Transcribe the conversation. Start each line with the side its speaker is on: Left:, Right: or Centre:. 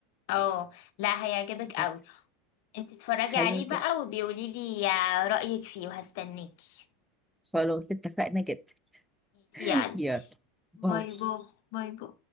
Left: اه لا هيعجبك قوي
Centre: بس
Left: انت اتفرجي
Centre: حلو
Left: عليه بقى
Centre: كده
Left: وبيقولي لي آه، رأيك فيه وهستنيكي
Centre: خلاص اتفقنا جدا
Left: ماشي
Centre: <laughs>
Left: يا قلبي
Centre: يلا
Left: باي
Centre: باي
Left: باي باي باي